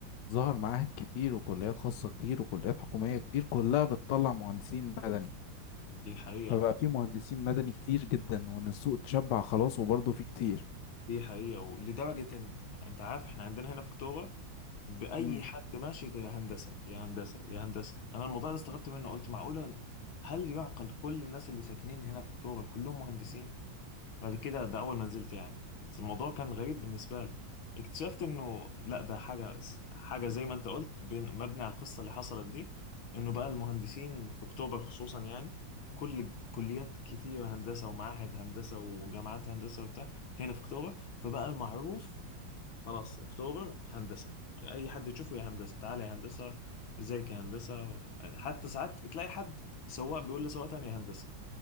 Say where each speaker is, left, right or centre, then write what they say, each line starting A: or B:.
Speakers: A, on the left; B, on the left.
A: ظهر معاهد كتير وكليات خاصه كتير وكليات حكوميه كتير كلها بتطلع مهندسين مدني
B: دي حقيقة
A: فبقى في مهندسين مدني كتير جدا وان السوق اتشبع خلاص وبرضه في كتير
B: دي حقيقة ولدرجة إن أنت عارف إحنا عندنا هنا في أكتوبر بأي
A: مم.
B: حد ماشي ده يا هندسة يا هندسة يا هندسة أنا الموضوع ده استغربت منه قلت معقولة هل يعقل كل الناس اللي ساكنين هنا في أكتوبر كلهم مهندسين؟ بعد كده ده أول ما نزلت يعني بس الموضوع كان غريب بالنسبة لي اكتشفت إنه لا ده حاجة حاجة زي ما أنت قلت بين مبني على القصة اللي حصلت دي إنه بقى المهندسين في أكتوبر خصوصا يعني كل كليات كتير هندسة ومعاهد هندسة وجامعات هندسة وبتاع هنا في أكتوبر فبقى المعروف خلاص أكتوبر هندسة أي حد يشوفه يا هندسة تعالى يا هندسة ازيك يا هندسة حتى ساعات تلاقي حد سواق بيقول لسواق تاني يا هندسة